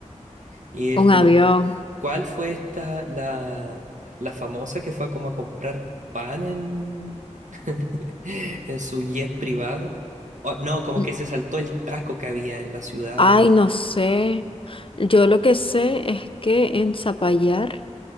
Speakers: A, on the right; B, on the left.
A: Y él
B: Un
A: como,
B: avión.
A: ¿cuál fue esta, la, la famosa que fue como a comprar pan en, <laughs> en su jet privado? O- no, como
B: Mm,
A: que se saltó el taco que había en la ciudad
B: Ay,
A: por...
B: no sé. Yo lo que sé es que en Zapallar,